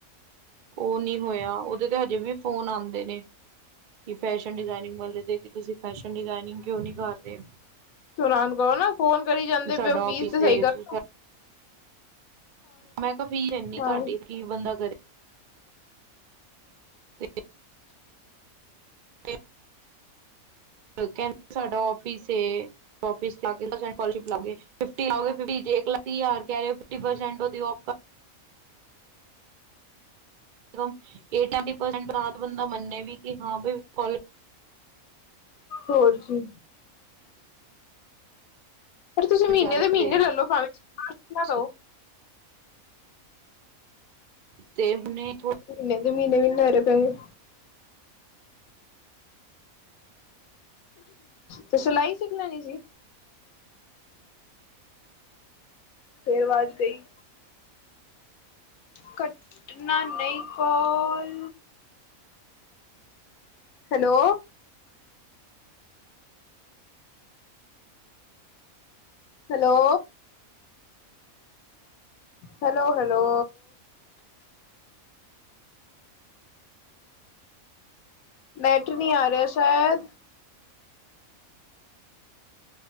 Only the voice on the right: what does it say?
ਓ ਨੀ ਹੋਏਆ ਓਦੇ ਤੇ ਹਜੇ ਵੀ ਫੋਨ ਆਂਦੇ ਨੇ ਕਿ ਫੈਸ਼ਨ ਡਿਜ਼ਾਏਨਿੰਗ ਵਾਲੇ ਦੇ ਕੀ ਤੁਸੀਂ ਫੈਸ਼ਨ ਡਿਜ਼ਾਏਨਿੰਗ ਕਿਉਂ ਨੀ ਕਰਦੇ।
ਕਿ ਸਾਡਾ
ਆਫਿਸ
ਏ
ਮੈਂ ਕਿਆ ਫੀਸ ਏਨੀ
ਤੁਆਡੀ ਕੀ ਬੰਦਾ ਕਰੇ। <inaudible> ਤੇ ਓ ਕੈਂਦੇ ਸਾਡਾ ਔਫਿਸ ਏ। ਔਫਿਸ ਲਾ <unintelligible> ਸਕਾਲਰਿਸ਼ਪ ਲਾਓਗੇ ਫਿਫਟੀ ਲਾਓਗੇ ਫਿਫਟੀ ਜੇ ਇੱਕ ਲੱਖ ਤੀ ਹਜ਼ਾਰ ਕੈ ਰੇ ਓ ਫਿਫਟੀ ਪਰਸੈਂਟ ਦੇਓ ਆ <unintelligible> ਤਾਂ ਤੇ ਬੰਦਾ ਮੰਨੇ ਵੀ ਕੇ ਹਾਂ ਬਈ ਸਕਾਲਰ
ਜ਼ਿਆਦਾ
ਰਹੇ ਹੋ
ਤੁਸੀਂ ਤੇ ਹੁਨੇ ਥੋੜਾ